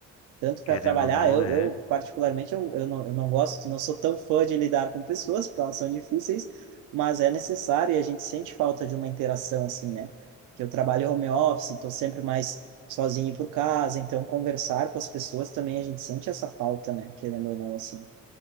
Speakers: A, on the right; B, on the left.
A: tanto para
B: querendo
A: trabalhar,
B: ou não,
A: eu,
B: é.
A: eu particularmente, eu, eu, não, eu não gosto, não sou tão fã de lidar com pessoas, porque elas são difíceis, mas é necessário e a gente sente falta de uma interação, assim, né? Que eu trabalho home office, estou sempre mais sozinho por casa, então conversar com as pessoas também a gente sente essa falta, né? Querendo ou não, assim.